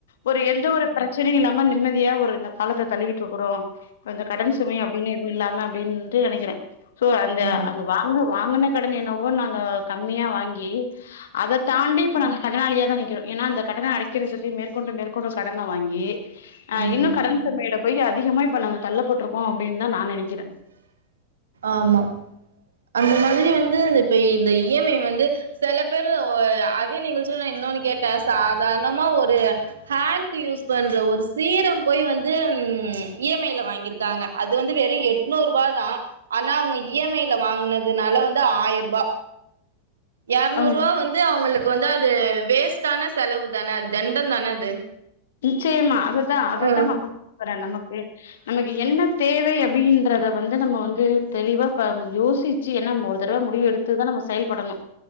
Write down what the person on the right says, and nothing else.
ம்
ம்
ம்
ஆமா அந்த மாதிரி வந்து இப்ப இந்த இஎம்ஐ வந்து சில பேரு ஓ அதே நிகழ்ச்சிய நான் இன்னொன்னு கேட்டேன் சாதாரணமா ஒரு ஹேர்க்கு யூஸ் பண்ற ஒரு சீரம் போய் வந்து உ இஎம்ஐல வாங்கிருக்காங்க அது வந்து வெறும் எட்நூறு ரூபா தான் ஆனா அவங்க இஎம்ஐ வாங்கினதுனால வந்து ஆயிரூபா இரநூறு
ரூவா வந்து அவங்களுக் க்கு வந்து அது வேஸ்டான செலவு தான அது தெண்டம் தான அது
ம்